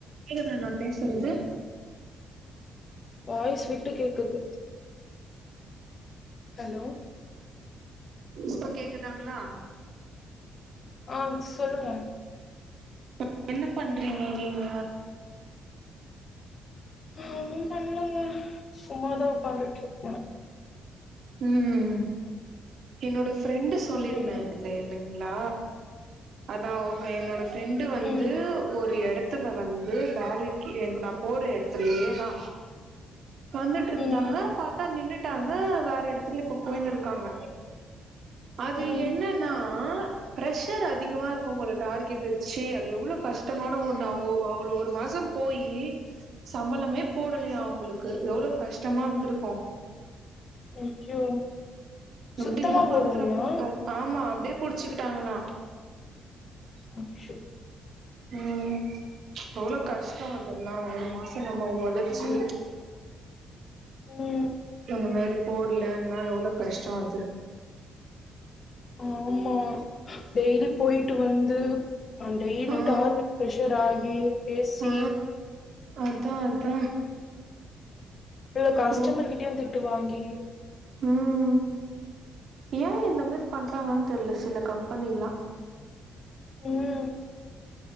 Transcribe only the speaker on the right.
கேக்குதா நா பேசறது
இப்ப கேக்குதாங்ளா
இப்ப என்ன பண்றீங்க நீங்க
ம் என்னோட ஃப்ரெண்டு சொல்லிருந்தேங்கள
இல்லங்க் நா அதா என்னோட ஃரெண்டு வந்து
ஒரு எட த்துல வந்து வேலைக்கு எங்க நா போற எடத்துலயேதா வந்துட்டு இருந்தாங்க
பாத்தா நின்னுட்டாங்க வேற எடத்துல இப்ப போயின்னு இருக்காங்க அது
என்னன்னா பிரஷர் அதிகமா இருக்கு போல டார்கெட் வெச்சு அது எவ்வளோ கஷ்டமான ஒண்ணு அவங்க ஒ அவ்வளோ ஒரு மாசோ போயி சம்பளமே போடலயா
அவங்களுக்கு எவ்வளோ கஷ்டமா இருந்து இருக்கோ
எப்டில்லா
பண்றாங்கன் பாத் ஆமா அப்டியே புடிச்சுக்கிட்டாங்களா
ம் எவ்வளோ கஷ்டோ அதெல்லா ஒரு மாசோ நம்ம ஒழச்சு
இந்த மாரி போட்லன்னா எவ்வளோ கஷ்டொ அது
ஆ
ஆ அதா அதா
அப்றோ
ம் ஏ இந்த மாரி பண்றாங்கன் தெரீல சில கம்பெனில்லா